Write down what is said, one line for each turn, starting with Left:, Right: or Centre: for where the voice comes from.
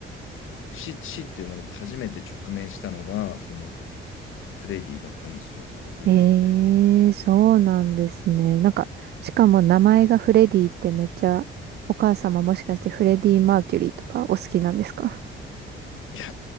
Left: 死、死っていうものと初めて直面したのが、そのフレディだったんですよ、僕にとって。
Right: ええ、そうなんですね。なんか、しかも名前がフレディってめっちゃ、お母様もしかしてフレディ・マーキュリーとかお好きなんですか
Left: いや、